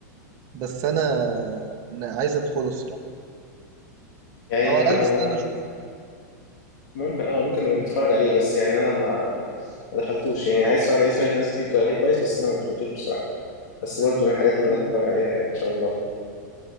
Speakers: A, on the right; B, on the left.
A: بس انا عايز ادخله الصراحة
B: يعني
A: او على الاقل
B: آه،
A: استنى اشوف
B: ممكن اه ممكن نبقى نتفرج عليه بس يعني انا ما ما دخلتوش يعني عايز اتفرج عليه سمعت ناس كتير بتقول عليه كويس بس انا ما دخلتوش بصراحه بس برضو
A: امم
B: من الحاجات اللي انا هتفرج عليها يعني ان شاء الله